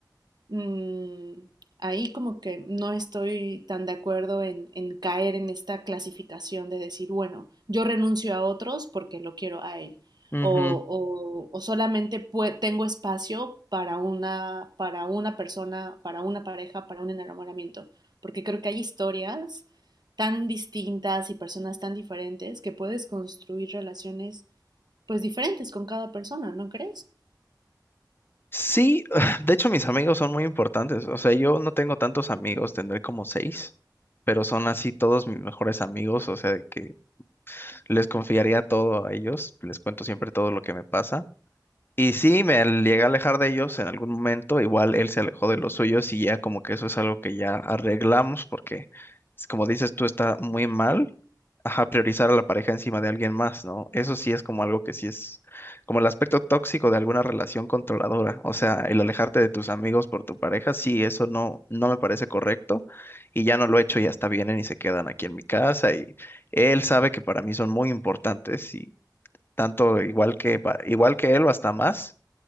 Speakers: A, on the right; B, on the left.
A: mm, ahí como que no estoy tan de acuerdo en, en caer en esta clasificación de decir, bueno, yo renuncio a otros porque lo quiero a él.
B: ujú.
A: O, o- o solamente pue- tengo espacio para una, para una persona, para una pareja, para un enamoramiento. Porque creo que hay historias tan distintas y personas tan diferentes que puedes construir relaciones pues diferentes con cada persona, ¿no crees?
B: Sí, <laughs> <sighs> de hecho mis amigos son muy importantes. O sea, yo no tengo tantos amigos, tendré como seis, pero son así todos mis mejores amigos. O sea, de que les confiaría todo a ellos, les cuento siempre todo lo que me pasa. Y sí, me al- llegué a alejar de ellos en algún momento, igual él se alejó de los suyos y ya como que eso es algo que ya arreglamos porque, es como dices tú, está muy mal, ajá, priorizar a la pareja encima de alguien más, ¿no? Eso sí es como algo que sí es como el aspecto tóxico de alguna relación controladora, o sea, el alejarte de tus amigos por tu pareja, sí, eso no, no me parece correcto y ya no lo he hecho, ya hasta vienen y se quedan aquí en mi casa y él sabe que para mí son muy importantes y tanto igual que, pa- igual que él o hasta más